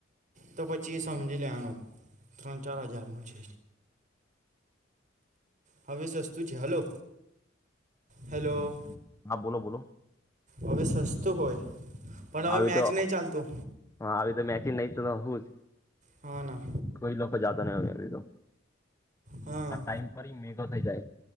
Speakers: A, on the right (about 40°); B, on the left (about 15°).
A: તો પછી સમજી લેવાનું ત્રણ ચાર હજારનું છે હવે સસ્તું છે હલો હેલો
B: ોલો હા બોલો બોલો
A: હવે સસ્તું હોય પણ હવે
B: આવી
A: મેચ
B: તો
A: નહીં ચાલતું
B: હ આવી તો મેચિંગ નહી તો હું જ
A: હના
B: કોઈ લોકો જાતા નહી હોય બીધ
A: હા
B: આ ટાઈમ પર મેઘો થઈ જાય